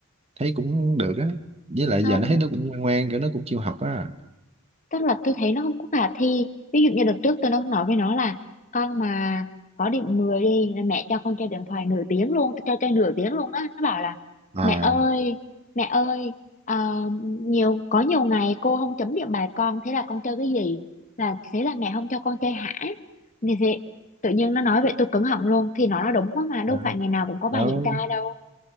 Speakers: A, on the right (about 30°); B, on the left (about 35°).
A: thấy cũng được á với lại
B: không
A: giờ nó thấy nó cũng ngoan ngoan kiểu nó cũng chịu học á
B: tức là tôi thấy nó không có khả thi ví dụ như đợt trước tôi nó nói với nó là con mà có điểm 10 đi là mẹ cho con chơi điện thoại nửa tiếng luôn tôi cho chơi nửa tiếng luôn á nó bảo là
A: à
B: mẹ ơi mẹ ơi ờ, nhiều có nhiều ngày cô không chấm điểm bài con thế là con chơi cái gì là thế là mẹ không cho con chơi hả thì thế tự nhiên nó nói vậy tôi cứng họng luôn thì nó nói đúng quá mà đâu
A: Ờ,
B: phải ngày nào cũng có bài
A: đó
B: kiểm tra đâu